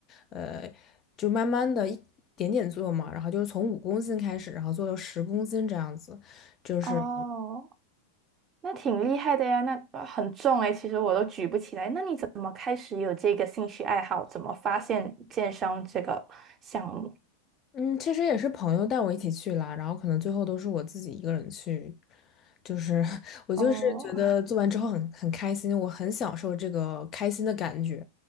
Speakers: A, on the left; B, on the right.
A: 呃，就慢慢的一点点做嘛，然后就是从五公斤开始，然后做到十公斤这样子，就是。
B: 哦。那挺厉害的呀，那呃很重诶，其实我都举不起来。那你怎么开始有这个兴趣爱好？怎么发现健身这个项目？
A: 嗯，其实也是朋友带我一起去啦，然后可能最后都是我自己一个人去，就是 <laughs> 我就是觉得做完之后很很开心，
B: 哦，
A: 我很享受这个开心的感觉，